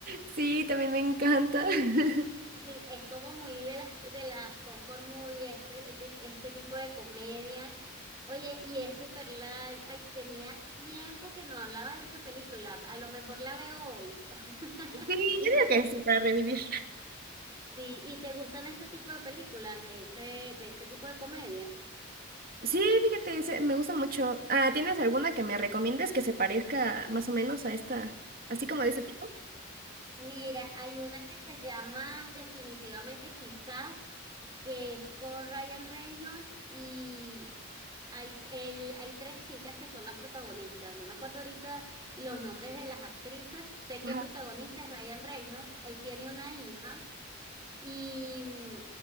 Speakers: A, on the right; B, on the right.
A: Sí, también me encanta. <laughs>
B: Es, es como muy de las de las comfort movie, este, este, este tipo de comedias. Oye, y es super light. Ay, tenía tiempo que no hablaba de esa película. A lo mejor la veo hoy. <laughs>
A: Sí,
B: ¿Y
A: yo digo
B: te gus-
A: que sí, para revivir.
B: sí, y te gustan este tipo de películas de ese, de ese tipo de comedia?
A: Sí, fíjate, se- me gusta mucho. Ah, ¿tienes alguna que me recomiendes que se parezca más o menos a esta, así como de ese tipo?
B: Mira, hay una que se llama Definitivamente Quizás, que es con Ryan Reynolds y hay, el- hay tres chicas que son las protagonistas. No me acuerdo ahorita los nombres de las actrices. Sé que
A: Ajá.
B: el protagonista es Ryan Reynolds. Él tiene una hija y mm,